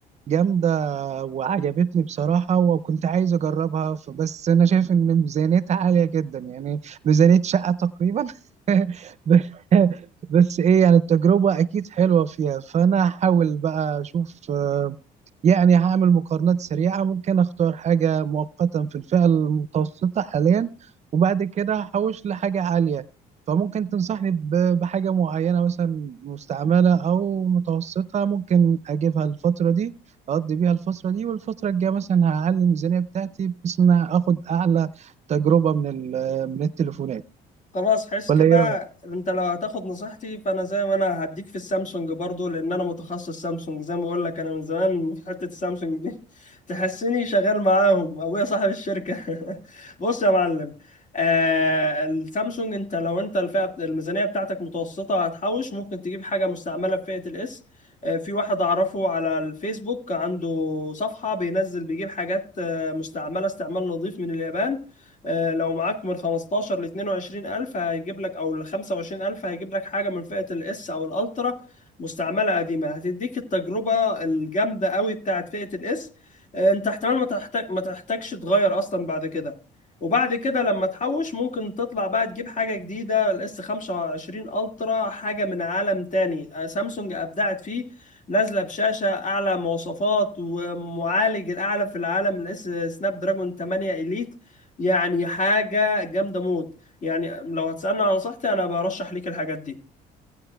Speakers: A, on the right; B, on the left.
A: جامده وعجبتني بصراحة وكنت عايز أجربها ف- بس أنا شايف إن ميزانيتها عالية جدا يعني ميزانية شقة تقريبا <laughs> ب- بس إيه يعني التجربة أكيد حلوة فيها فأنا هحاول بقى أشوف يعني هعمل مقارنات سريعة ممكن أختار حاجة مؤقتا في الفئة المتوسطة حاليا وبعد كده هحوش لحاجة عالية فممكن تنصحني ب- بحاجة معينة مثلا مستعملة أو متوسطة ممكن أجيبها الفترة دي أقضي بيها الفترة دي والفترة الجاية مثلا هعلي الميزانية بتاعتي بحيث إن أنا آخد أعلى تجربة من ال- من التليفونات
B: خلاص حس
A: ولا
B: كده
A: إيه رأيك؟
B: انت لو هتاخد نصيحتي فانا زي ما انا هديك في السامسونج برضو لان انا متخصص سامسونج زي ما بقول لك انا من زمان في حتة السامسونج دي <laughs> تحسني شغال معاهم ابويا صاحب الشركة <laughs> بص يا معلم آه السامسونج انت لو انت الفئة الميزانية بتاعتك متوسطة هتحوش ممكن تجيب حاجة مستعملة في فئة الاس آه في واحد اعرفه على الفيسبوك عنده صفحة بينزل بيجيب حاجات آه، مستعملة استعمال نظيف من اليابان آه، لو معاك من 15 ل 22 ألف هيجيب لك أو ل 25 ألف هيجيب لك حاجة من فئة الإس أو الألترا مستعملة قديمة هتديك التجربة الجامدة قوي بتاعت فئة الإس آه، أنت احتمال ما تحتاج ما تحتاجش تغير أصلا بعد كده وبعد كده لما تحوش ممكن تطلع بقى تجيب حاجة جديدة الاس 25 الترا حاجة من عالم تاني آه، سامسونج أبدعت فيه نازلة بشاشة أعلى مواصفات ومعالج الأعلى في العالم الاس سناب دراجون 8 إليت يعني حاجة جامدة موت يعني لو هتسألني عن نصيحتي أنا برشح ليك الحاجات دي